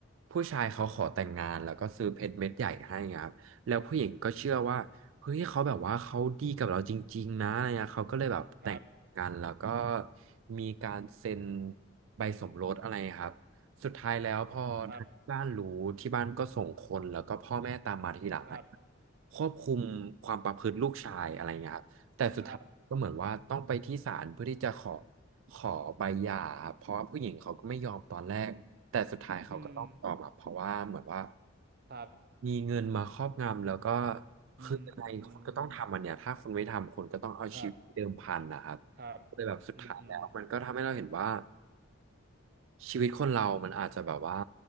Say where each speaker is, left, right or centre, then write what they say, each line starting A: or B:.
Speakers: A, on the right; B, on the right.
A: ผู้ชายเขาขอแต่งงานแล้วก็ซื้อเพชรเม็ดใหญ่ให้ครับแล้วผู้หญิงก็เชื่อว่า เฮ้ยเขาแบบว่าเขาดีกับเราจริงๆนะอะไรเงี้ยเขาก็เลยแบบแต่งกันแล้วก็
B: ครับ
A: มีการเซ็นใบสมรสอะไรครับสุดท้ายแล้วพอทางบ้านรู้ที่บ้านก็ส่งคนแล้วก็พ่อแม่ตามมาทีหลังอะ
B: ครับครับครับ
A: ควบคุมความประพฤติลูกชายอะไรเงี้ยครับแต่สุดท้ายก็เหมือนว่าต้องไปที่ศาลเพื่อที่จะขอ
B: ครับ
A: ขอใบหย่าครับเพราะว่าผู้หญิงเขาก็ไม่ยอมตอนแรกแต่สุดท้ายเขาก็ต้องยอมอะเพราะว่าเหมือนว่า
B: อืมครับ
A: มีเงินมาครอบงำแล้วก็
B: อืมอื
A: คืออะไรคุณก็ต้องทำอันเนี้ยถ้าคุณไม่ทำคุณก็ต้องเอาชีวิตเดิมพันนะครับ
B: มครับครับ
A: เลยแบบสุดท้ายแล้วมันก็ทำให้เราเห็นว่า
B: อืมอืม
A: ชีวิตคนเรามันอาจจะแบบว่า